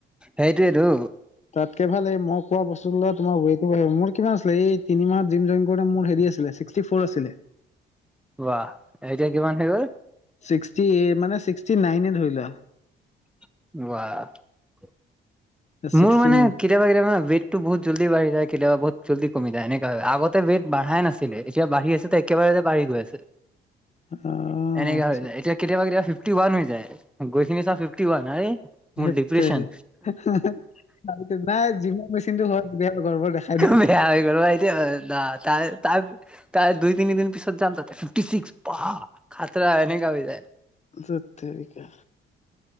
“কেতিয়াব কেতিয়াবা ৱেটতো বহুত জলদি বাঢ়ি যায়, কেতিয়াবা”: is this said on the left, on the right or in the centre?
Centre